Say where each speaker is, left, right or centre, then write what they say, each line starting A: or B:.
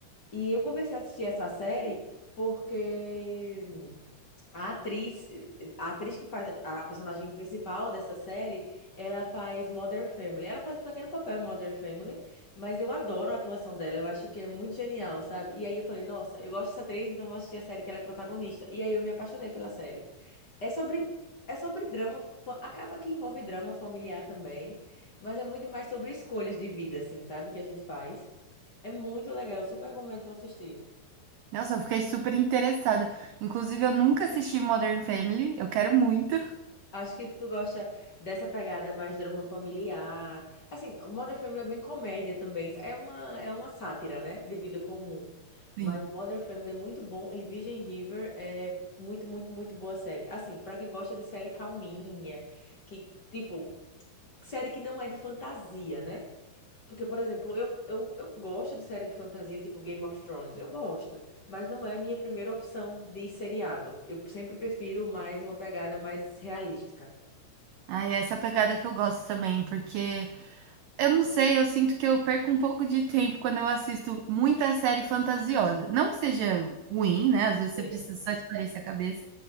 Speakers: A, on the left; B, on the right.
A: E eu comecei a assistir essa série porque a atriz, a atriz que faz a, a personagem principal dessa série, ela faz Modern Family. Ela faz um pequeno papel em Modern Family, mas eu adoro a atuação dela, eu acho que é muito genial, sabe? E aí eu falei, nossa, eu gosto dessa atriz, então eu vou assistir a série que ela é protagonista. E aí eu me apaixonei pela série. É sobre, é sobre drama, fa- acaba que envolve drama familiar também, mas é muito mais sobre escolhas de vida, assim, sabe? Que a gente faz. É muito legal, eu super recomendo tu assistir.
B: Nossa, eu fiquei super interessada. Inclusive, eu nunca assisti Modern Family, eu quero muito.
A: Acho que tu gosta dessa pegada mais drama familiar. Assim, Modern Family é bem comédia também. É uma, é uma sátira, né? De vida comum. Mas
B: Sim.
A: Modern Family é muito bom e Virgin River é muito, muito, muito boa série. Assim, pra quem gosta de série calminha, que, tipo, série que não é de fantasia, né? Porque, por exemplo, eu, eu, eu gosto de série de fantasia tipo Game of Thrones, eu gosto, mas não é minha primeira opção de seriado. Eu sempre prefiro mais uma pegada mais realística.
B: Ah, é essa pegada que eu gosto também, porque eu não sei, eu sinto que eu perco um pouco de tempo quando eu assisto muita série fantasiosa. Não que seja ruim, né? Às vezes
A: Sim.
B: você precisa só espairecer a cabeça,